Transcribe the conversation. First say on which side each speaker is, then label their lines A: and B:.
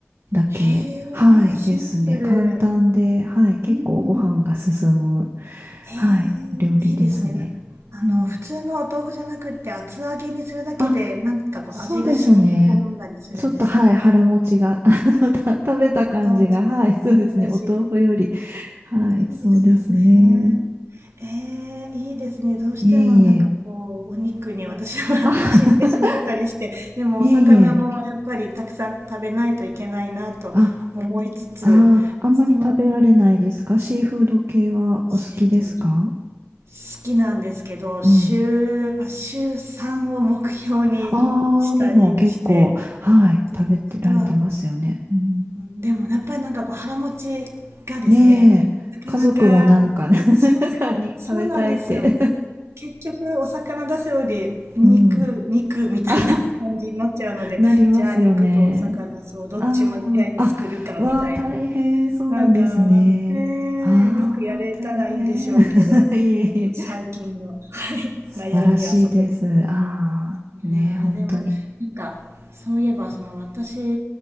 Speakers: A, on the right; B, on the right.
A: だけ、
B: へえー、
A: はい、
B: シンプル。
A: ですね。簡単で、はい、結構ご飯が進む、
B: うんうん。えー、
A: はい、料理ですね。
B: いいですね。なあの、
A: うん
B: 普通のお豆腐じゃなくって、厚揚げにするだけで、
A: あ、
B: なんかこう味が染み込んだりするんですか？
A: そうですね。ちょっと、はい、
B: そ
A: 腹持ちが、<laughs> あの、た、食べた感じが、
B: れは大事
A: はい、そうですね。
B: 大事。
A: お豆腐より、はい、
B: そうですよね。
A: そうですね。
B: ええ、いいですね。どうしてもなんかこう、
A: いえいえ。
B: お肉に私は
A: あ、<laughs>
B: <laughs> 走ってしまったりして、でもお魚もやっぱりたくさん食べないといけないなと思いつつ、
A: いえいえ。あ、あー、あんまり食べられないですかシーフード系はお好きですか
B: そう、えっと、好きなんですけど、
A: うん。
B: 週、まあ、週3を目標にしたりして、
A: ああ、でも結構、はい、
B: で、
A: 食べてられてますよね。
B: あとは
A: うん、
B: でもやっぱりなんかこう腹持ちがですね、
A: ねえ、
B: なかなか、
A: 家族もなんかね、<laughs>
B: そうそう、
A: 中に食べたいって。
B: そうなんですよ。結局お魚出すより肉、
A: <laughs> うん。
B: 肉みたいな
A: <laughs> あ
B: <laughs> 感じになっちゃうので、
A: なりますよね。
B: じゃあ肉とお魚、そう、どっちも焼い作るかみたいな。
A: ああ、あ、わあ、大変、そうなんですね。
B: なんか、ねえ、
A: ああ、
B: うまくやれたらいいんでしょうけど、
A: 大変。<laughs> いえいえ。
B: ちょっと最近の、はい、
A: 素晴らしいです。
B: 悩みはそこです。
A: ああ、
B: いやーでもなんかそういえばその私
A: ねえ、本当に。